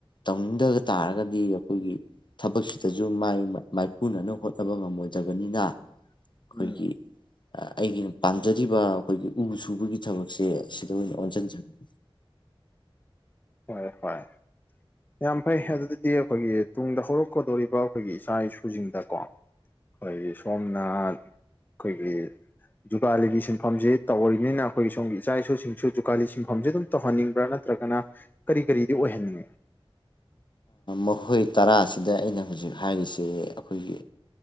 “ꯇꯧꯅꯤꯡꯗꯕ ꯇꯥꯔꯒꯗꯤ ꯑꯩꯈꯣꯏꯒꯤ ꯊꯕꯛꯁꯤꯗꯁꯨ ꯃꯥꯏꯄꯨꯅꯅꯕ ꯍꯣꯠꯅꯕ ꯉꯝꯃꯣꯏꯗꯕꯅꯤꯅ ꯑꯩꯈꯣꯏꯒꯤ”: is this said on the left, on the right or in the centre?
Left